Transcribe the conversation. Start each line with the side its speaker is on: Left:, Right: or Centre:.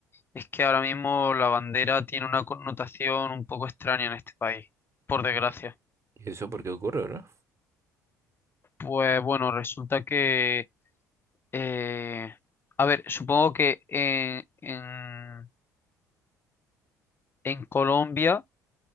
Left: es que ahora mismo la bandera tiene una connotación un poco extraña en este país, por desgracia.
Right: ¿Y eso por qué ocurre, verdad?
Left: Pues bueno, resulta que... eh, a ver, supongo que en, en en Colombia...